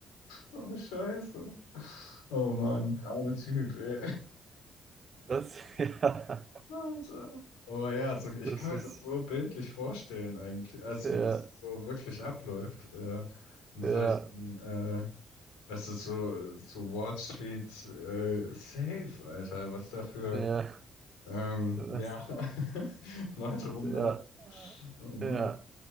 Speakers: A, on the left; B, on the right.
A: Oh Scheiße. Oh Mann, der arme Typ, ey.
B: Das, <laughs> ja,
A: Alter. Aber ja, also ich
B: das
A: kann mir
B: ist,
A: das so bildlich vorstellen eigentlich. Also,
B: ja,
A: dass es so wirklich abläuft. Äh, in solchen,
B: ja,
A: äh, das ist so, so Wall Street äh, safe, Alter. Was da für
B: ja,
A: ähm,
B: das,
A: ja, <laughs> Leute rumlaufen.
B: ja,
A: Oh Mann.
B: ja,